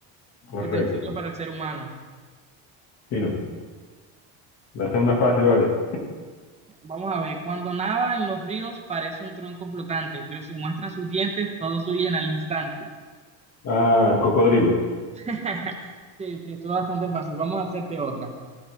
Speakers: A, on the left; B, on the right.
A: Correcto.
B: Utensilio para el ser humano.
A: Fino. Lanza una fácil, vale.
B: Vamos a ver, cuando nada en los ríos parece un tronco flotante, pero si muestra sus dientes, todos huyen al instante.
A: Ah, cocodrilo.
B: <laughs> Sí, sí, esto es bastante fácil. Vamos a hacerte otra.